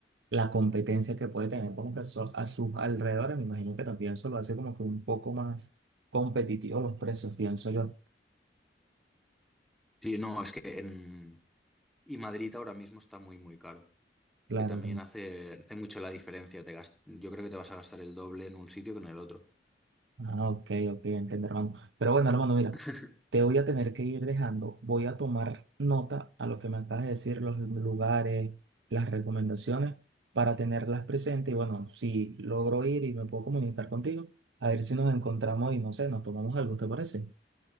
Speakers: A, on the right; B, in the centre.
A: la competencia que puede tener como que a a sus alrededores, me imagino que también eso lo hace como que un poco más competitivo los precios, pienso yo.
B: Sí, no, es que en... Y Madrid ahora mismo está muy, muy caro,
A: Claro.
B: que también hace, hace mucho la diferencia. Te gas- Yo creo que te vas a gastar el doble en un sitio que en el otro.
A: Ah, ok, ok, entiendo, hermano. Pero bueno, hermano, mira,
B: <laughs>
A: te voy a tener que ir dejando. Voy a tomar nota a lo que me acabas de decir, los lugares, las recomendaciones, para tenerlas presentes. Y bueno, si logro ir y me puedo comunicar contigo, a ver si nos encontramos y no sé, nos tomamos algo, ¿te parece?